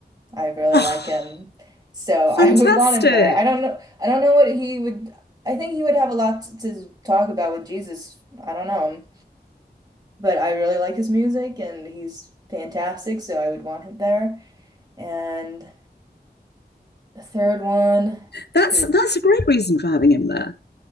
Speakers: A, on the right (about 25°); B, on the left (about 75°).
A: I
B: <laughs>
A: really
B: oh
A: like him. So <laughs> I
B: fantastic
A: would want him there. I don't know I don't know what he would I think he would have a lot to, to talk about with Jesus. I don't know but I really like his music and he's fantastic, so I would want him there. And the third one,
B: that's
A: oof,
B: that's a great reason for having him there